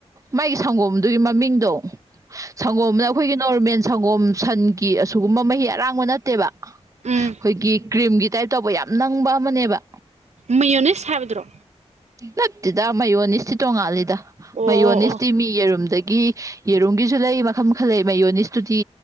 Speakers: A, on the right (about 30°); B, on the right (about 75°).
A: ꯃꯥꯒꯤ ꯁꯪꯒꯣꯝꯗꯨꯒꯤ ꯃꯃꯤꯡꯗꯣ ꯁꯪꯒꯣꯝꯅ ꯑꯈꯣꯏꯒꯤ ꯅꯣꯔꯃꯦꯜ ꯁꯪꯒꯣꯝ ꯁꯟ ꯀꯤ ꯑꯁꯤꯒꯨꯝꯕ ꯃꯍꯤ ꯑꯔꯥꯡꯕ ꯅꯠꯇꯦꯕ
B: ꯎꯝ
A: ꯈꯣꯏꯒꯤ ꯀ꯭ꯔꯤꯝꯒꯤ ꯇꯥꯏꯞ ꯇꯧꯕ ꯌꯥꯝ ꯅꯪꯕ ꯑꯃꯅꯦꯕ
B: ꯃꯌꯣꯟ ꯅꯦꯁ ꯁꯥꯢꯕꯗ꯭ꯔꯣ
A: ꯅꯛꯇꯦꯗ ꯃꯌꯣꯟꯅꯤꯁꯇꯤ ꯇꯣꯡꯉꯥꯂꯤꯗ
B: ꯑꯣ
A: ꯃꯌꯣꯟꯅꯤꯁꯇꯤ
B: ꯑꯣ ꯑꯣ
A: ꯃꯤ ꯌꯦꯔꯨꯝ ꯑꯗꯒꯤ ꯌꯦꯔꯨꯝꯒꯤꯁꯨ ꯂꯩ ꯃꯈꯜ ꯃꯈꯜ ꯂꯩ ꯃꯌꯣꯅꯤꯁꯇꯨꯗꯤ